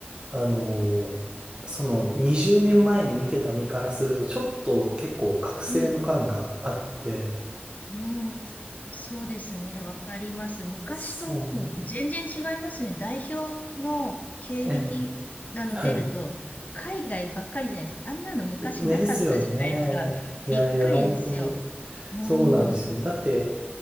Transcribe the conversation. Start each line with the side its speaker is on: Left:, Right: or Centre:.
Right: あのその20年前に見てた身からすると、ちょっと結構覚醒の感があって、
Left: うん、うん。そうですね。わかります。昔ともう全然違いますね。
Right: そ
Left: 代表の経歴、
Right: う、ええ、
Left: あの、
Right: はい。
Left: 出ると、海外ばっかりじゃないですか。あんなの昔なかったじゃないですか。
Right: ですよね。いやいや、
Left: びっくりですよ。
Right: 本当に。
Left: うん、
Right: そうなんですよ。
Left: うん、
Right: だって、